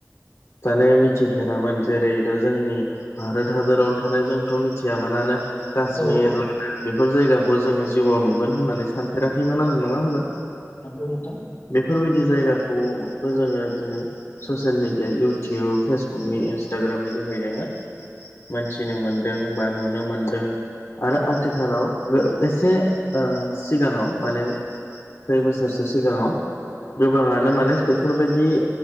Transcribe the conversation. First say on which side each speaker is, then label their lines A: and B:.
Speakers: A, on the left; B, on the left.
A: जाने मिथिफेरामोन जेरै दा जोंनि भारोत हादोरावनो थानाय जोंथ मिथियामोनानो काश्मिर
B: औ औ
A: बेफोर जायगाखौ जोङो जिउआव नुगोन होननानै सानफेराखैमोन आरो नङा होमब्ला?
B: नंगौ नोंथां
A: बेफोरबायदि जायगाखौबो जोङो दिनै ससियेल मिडिया इउटिउब फेसबुक नि टाग्रामनि जोहै जोङो मोनथिनो मोन्दों बा नुनो मोनदों आरो
B: औ
A: आथिखालाव गो एसे ओ सिगाङाव माने खै बोसोरसो सिगाङाव गोबाङानो माने बेफोरबायदि